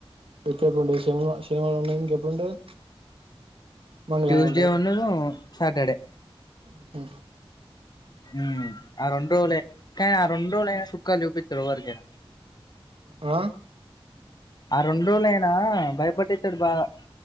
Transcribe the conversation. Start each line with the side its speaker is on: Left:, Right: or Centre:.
Right: ఎప్పుడు సినిమా ఎప్పుడుండ <unintelligible> శ శనివారం ఉన్నా ఇంక ఎప్పుడు ఉంటది. మంగళవారం
Left: ట్యూస్డే ఉండదు సాటర్డే
Right: ఆ హ
Left: ఉ ఆ రెండులే కా ఆ రెండు రోజులే చూక్కాలు చూపిత్తరు ఒఒరికి
Right: ఆ
Left: ఆ రెండులేనా భయపట్టితాడు బాగా